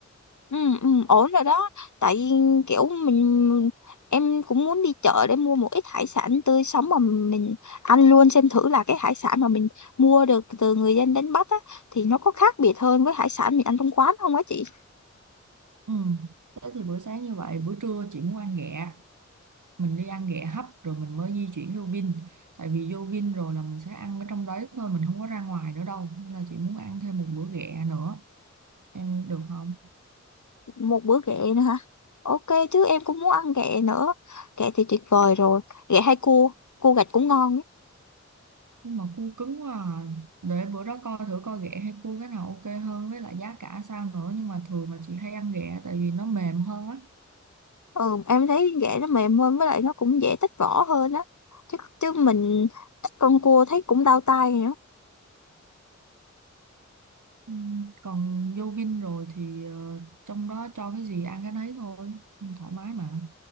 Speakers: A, on the left (about 75°); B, on the right (about 85°).
A: Ừ, ừ, ổn rồi đó tại vì kiểu mình em cũng muốn đi chợ để mua một ít hải sản tươi sống mà mình ăn luôn xem thử là cái hải sản mà mình mua được từ người dân đánh bắt á thì nó có khác biệt hơn với hải sản mình ăn trong quán không á chị
B: Ừ. Thế thì bữa sáng như vậy, bữa trưa chị muốn ăn ghẹ. Mình đi ăn ghẹ hấp rồi mình mới di chuyển vô Vin. Tại vì vô Vin rồi là mình sẽ ăn ở trong đấy thôi, mình không có ra ngoài nữa đâu. Nên là chị muốn ăn thêm một bữa ghẹ nữa. Em được không?
A: một bữa ghẹ nữa hả ok chứ em cũng muốn ăn ghẹ nữa ghẹ thì tuyệt vời rồi ghẹ hay cua cua gạch cũng ngon ấy.
B: nhưng mà cua cứng quá à. để bữa đó coi thử coi ghẹ hay cua cái nào ok hơn với lại giá cả sao nữa nhưng mà thường là chị hay ăn ghẹ tại vì nó mềm hơn á
A: ừ em thấy ghẹ nó mềm hơn với lại nó cũng dễ tách vỏ hơn á chứ chứ mình tách con cua thấy cũng đau tay
B: Ừ. còn vô Vin rồi thì ờ, trong đó cho cái gì ăn cái nấy thôi thoải mái mà